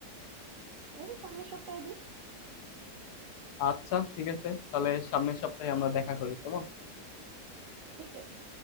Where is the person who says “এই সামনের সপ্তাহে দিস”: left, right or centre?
Right